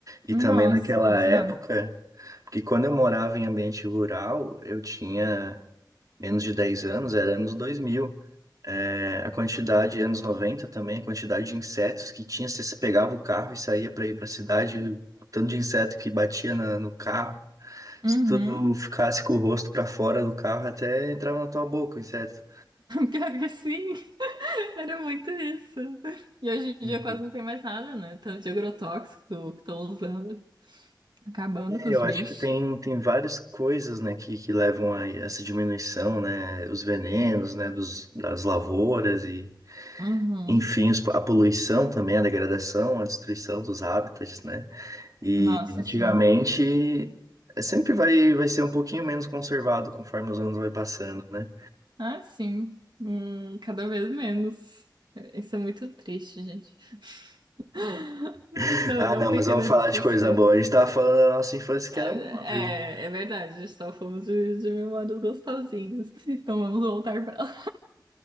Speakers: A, on the right (about 50°); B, on the right (about 80°).
A: E
B: Nossa,
A: também naquela
B: quase
A: época,
B: nada.
A: porque quando eu morava em ambiente rural, eu tinha menos de 10 anos, era anos 2000. É, a quantidade, anos 90 também, a quantidade de insetos que tinha, você se pegava o carro e saía para ir para a cidade, o tanto de inseto que batia na- no carro, se
B: Uhum.
A: tu ficasse com o rosto para fora do carro, até entrava na tua boca o inseto.
B: Pior que sim, <laughs> era muito isso. E hoje em
A: Uhum.
B: dia quase não tem mais nada, né? Tanto de agrotóxico que estão usando, acabando
A: É,
B: com os
A: eu
B: bichos.
A: acho que tem, tem várias coisas, né, que, que levam a essa diminuição, né, os venenos, né, dos, das lavouras e,
B: Uhum.
A: enfim, os- a poluição também, a degradação, a destruição dos hábitats, né, E
B: Nossa,
A: antigamente
B: sim.
A: eh, sempre vai, vai ser um pouquinho menos conservado conforme os anos vai passando, né?
B: Ah, sim. Hum, cada vez menos. É, Isso é muito triste, gente. <laughs>
A: <laughs>
B: Não,
A: Ah,
B: deu
A: não,
B: um pequeno
A: mas vamos falar
B: desespero.
A: de coisa boa. A gente tava falando da nossa infância que
B: É,
A: era boa, viu?
B: é é verdade, a gente estava falando de, de memórias gostosinhas. Então vamos voltar para lá.